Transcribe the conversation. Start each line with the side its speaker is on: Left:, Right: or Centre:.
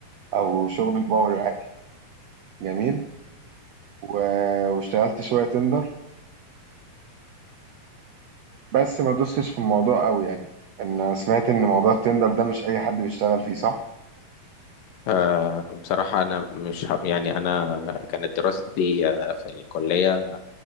Right: او شغل الباور العادي جميل و- واشتغلت شويه تندر بس ما دوستش في الموضوع قوي يعني ان انا سمعت ان موضوع التندر ده مش اي حد بيشتغل فيه صح
Left: آه، بصراحة أنا مش ه- يعني أنا كانت دراستي آه، في الكلية